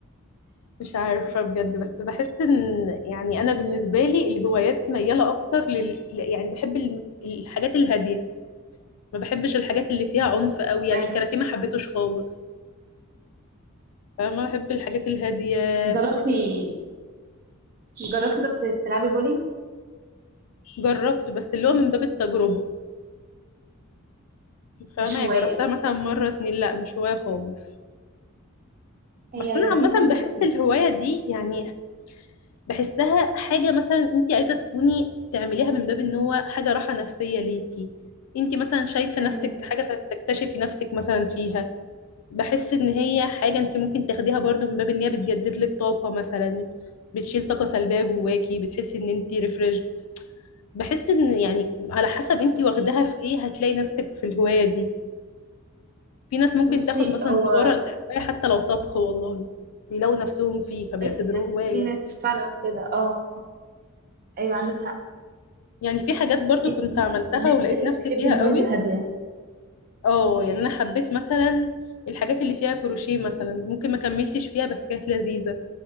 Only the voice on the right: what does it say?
ايوه
جربتي جربتي طب تلعبي بولينج
مش
هواية
هي
لذيذة
ايوه
بصي
هو
أي ناس
في ناس فعلا كده اه ايوه عندك حق
انتي
من
الناس
اللي
بتحب
الهوايات
الهادية